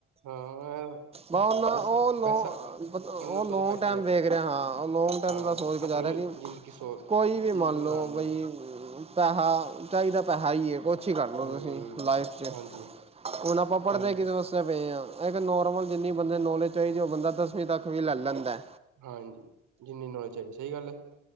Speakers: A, on the right; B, on the right.
A: ਹਾਂ
B: ਉਹ-ਉਹੋਂ-ਉਹ
A: ਬਸ ਪੈਸਾ ਉਹਨਾਂ ਨੂੰ ਸੋਦੇ
B: ਲੋਂਂਗ
A: ਪੈਸਾ
B: ਟਾਈਮ
A: ਜ਼ਿਆਦਾ
B: ਵੇਖ
A: ਹੈ
B: ਰਿਹਾ ਹਾਂ। ਉਹ ਲੋਂਂਗ ਟਾਈਮ
A: ਹਾਂ
B: ਦਾ ਸੋਚ ਕੇ
A: ਆਪਣੀ
B: ਜਾ ਰਿਹਾ ਕਿ।
A: ਜ਼ਿੰਦਗੀ ਸੋ ਜ਼ਿੰਦਗੀ
B: ਕੋਈ ਵੀ ਮੰਨ
A: ਬਣਾਉਣ
B: ਲਓ
A: ਨੂੰ
B: ਬਈ। ਪੈਸਾ, ਚਾਹੀਦਾ ਪੈਸਾ ਹੀ ਹੈ, ਕੁਛ ਹੀ ਕਰ ਲਉ
A: ਹਮ
B: ਤੁਸੀਂ। ਲਾਈਫ 'ਚ।
A: ਹਾਂਜੀ
B: ਹੁਣ ਆਪਾਂ ਪੜ੍ਹਦੇ
A: ਹ
B: ਕਿਦੇ ਵਾਸਤੇ। ਪਏ ਹਾਂ। ਇੱਕ ਨੋਰਮਲ ਜਿਨੀ ਬੰਦੇ ਨੂੰ ਨੌਲੇਜ ਚਾਹੀਦੀ। ਉਹ ਬੰਦਾ ਦਸਵੀਂ ਤੱਕ ਵੀ ਲੈ ਲੈਂਦਾ।
A: ਹਾਂਜੀ, ਜਿੰਨੀ ਨੌਲੇਜ ਹੈ। ਸਹੀ ਗੱਲ ਹੈ